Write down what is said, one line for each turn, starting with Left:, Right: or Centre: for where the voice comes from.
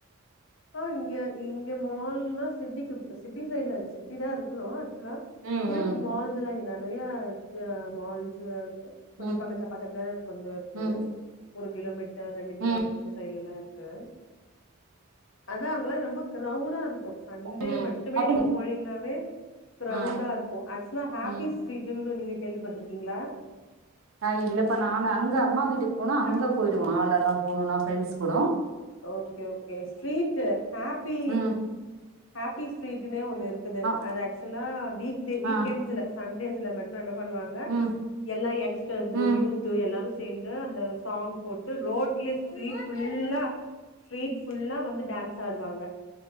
Left: ஆ இங்க இங்க மால்னா சிட்டிக்கு சிட்டி சைட்ல சிட்டிதா இருக்குறோ ஹலோ
Right: ம் ம்
Left: இருக்கு மால்ஸ்லா இங்க நெறைய எ மால்ஸ் கொஞ்சொ
Right: ம்
Left: பக்கத்துல பக்கத்துல கொஞ்சொ இருக்கு
Right: ம்
Left: ஒரு கிலோமீட்டர் ரெண்டு கிலோமீட்டர்க்கு
Right: ம்
Left: சைட்லலா இருக்கு அதா அங்கெல்லா ரொம்ப க்ரௌடா இருக்கு சண்டே
Right: ம்
Left: மட்டுமே
Right: அப்ப
Left: நீங்க
Right: நீ
Left: போனீங்கனாவே க்ரௌடா
Right: ஆ
Left: இருக்கு ஆக்சுவலா ஹாப்பிஸ்
Right: ம்
Left: ஸீட்டுன்னு நீங்க கேள்விப்பட்ருக்கீங்களா
Right: ஆ இல்லப்பா நானு அங்க அம்மா வீட்டுக் போனா
Left: ஹ
Right: அங்க போயிடுவோ மாலெல்லா போனுனா ஃப்ரெண்ட்ஸ் கூடொ
Left: okay okay street happy
Right: ம்
Left: ஹாப்பி ஸ்ட்ரீடுன்னே ஒண்ணு இருக்குது
Right: ஆ
Left: அது ஆக்சுவலா வீக் டே
Right: ஆ
Left: எண்ட்ஸ்ல சண்டேஸ்ல மட் ப்ப என்ன பண்ணுவாங்க
Right: ம்
Left: எல்லா யங்ஸ்ட்டர்ஸு
Right: ம்
Left: யூத்து எல்லாரும் ச சேந்து அந்த சாங் போட்டு ரோட்லே ஸ்ட்ரீட் ஃபுல்லா ஸ்ட்ரீட் ஃபுல்லா வந்து டான்ஸ் ஆடுவாங்க